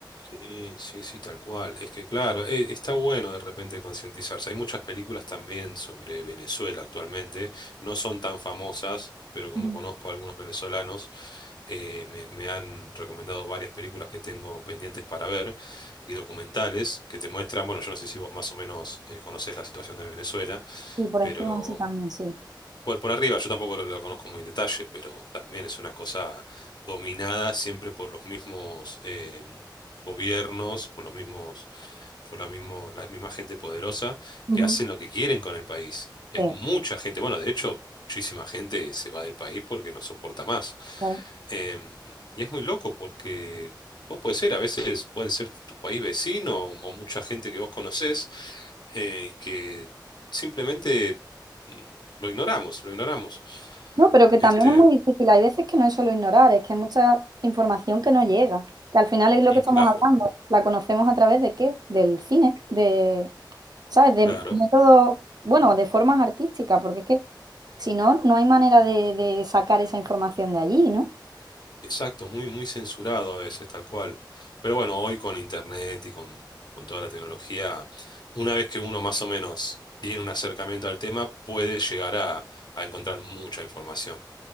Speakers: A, on the left; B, on the right.
A: Sí, sí, sí, tal cual. Es que claro, e- está bueno de repente concientizarse. Hay muchas películas también sobre Venezuela actualmente. No son tan famosas, pero como
B: Ujú,
A: conozco a algunos venezolanos, eh, me, me han recomendado varias películas que tengo pendientes para ver y documentales que te muestran, bueno, yo no sé si vos más o menos eh, conocés la situación de Venezuela,
B: Y por
A: pero
B: encima sí también, sí.
A: por, por arriba, yo tampoco lo, lo conozco muy en detalle, pero también es una cosa dominada siempre por los mismos em, gobiernos, por los mismos, por la mismo, la misma gente poderosa
B: ujú.
A: que hacen lo que quieren con el país. Y
B: Sí,
A: hay mucha gente, bueno, de hecho, muchísima gente se va del país porque no soporta más.
B: claro.
A: Em, y es muy loco porque vos puede ser, a veces pueden ser tu país vecino o, o mucha gente que vos conocés eh, y que simplemente mm, lo ignoramos, lo ignoramos.
B: No, pero que también
A: Este,
B: es muy difícil. Hay veces que no es solo ignorar, es que hay mucha información que no llega. Que al final es lo
A: y
B: que estamos
A: claro,
B: hablando. La conocemos a través de qué? Del cine, de, ¿sabes? De
A: claro,
B: métodos, bueno, de formas artísticas, porque es que si no, no hay manera de, de sacar esa información de allí, ¿no?
A: exacto, muy, muy censurado a veces, tal cual. Pero bueno, hoy con internet y con, con toda la tecnología, una vez que uno más o menos tiene un acercamiento al tema, puede llegar a, a encontrar mucha información.